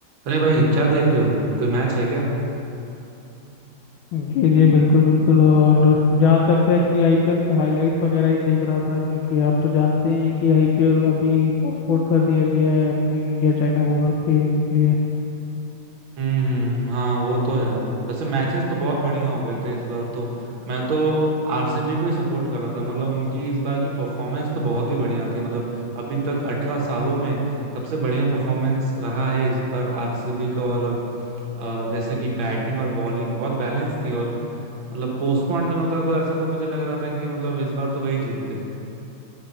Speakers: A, on the right (about 75°); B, on the left (about 80°).
A: अरे भाई क्या देख रहे हो कोई मैच है क्या
B: जी जी बिल्कुल बिल्कुल और जहाँ तक है कि आईपीएल के हाइलाइट्स वगैरह ही देख रहा था क्योंकि आप तो जानते हैं कि आईपीएल अभी पोस्टपोन कर दिया गया है अपने इंडिया चाइना वॉर के लिए
A: हम्म हाँ वो तो है वैसे मैचेस तो बहुत बढ़िया हो गए थे इस बार तो मैं तो आरसीबी को ही सपोर्ट कर रहा था मतलब उनकी इस बार की परफॉर्मेंस तो बहुत ही बढ़िया थी मतलब अभी तक अठारह सालों में सबसे बढ़िया परफॉर्मेंस रहा है इस बार आरसीबी का और अ, जैसे कि बैटिंग और बॉलिंग बहुत बैलेंस थी और मतलब पोस्टपोन नहीं होता तो ऐसा तो मुझे लग रहा था कि मतलब इस बार तो वही जीतते